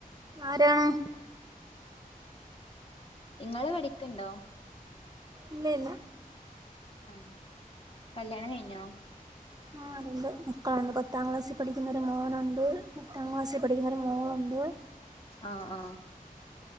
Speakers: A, on the right; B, on the left.
A: ആരാണ്?
B: ഇങ്ങള് പഠിക്ക്ണ്ടോ?
A: ഇല്ലയില്ല.
B: ഉം കല്യാണം കഴിഞ്ഞോ?
A: ആഹ് രണ്ട് മക്കള്ണ്ട്. പ ത്താം ക്ലാസ്സി പഠിക്കുന്നൊരു മോനുണ്ട്. എട്ടാം ക്ലാസ്സിൽ പഠിക്കുന്നൊരു മോള്ണ്ട്.
B: ആഹ് ആഹ്‌